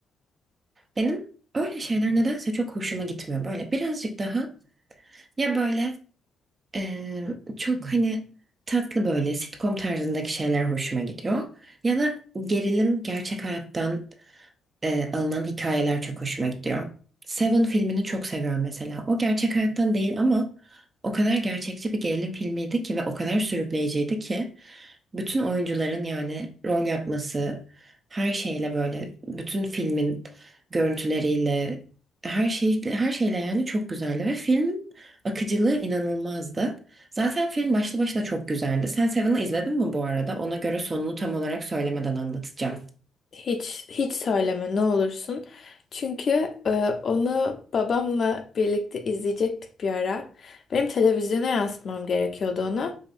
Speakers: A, on the right; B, on the left.
A: Benim öyle şeyler nedense çok hoşuma gitmiyor. Böyle birazcık daha ya böyle eee, çok hani tatlı böyle sitcom tarzındaki şeyler hoşuma gidiyor. Ya da gerilim gerçek hayattan e, alınan hikayeler çok hoşuma gidiyor. Seven filmini çok seviyorum mesela. O gerçek hayattan değil ama o kadar gerçekçi bir gerilim filmiydi ki ve o kadar sürükleyiciydi ki bütün oyuncuların yani rol yapması, her şeyle böyle bütün filmin görüntüleriyle her şey her şeyle yani çok güzeldi ve filmin akıcılığı inanılmazdı. Zaten film başlı başına çok güzeldi. Sen Seven'ı izledin mi bu arada? Ona göre sonunu tam olarak söylemeden anlatacağım.
B: Hiç hiç söyleme ne olursun. Çünkü e, onu babamla birlikte izleyecektik bir ara. Benim televizyona yansıtmam gerekiyordu onu.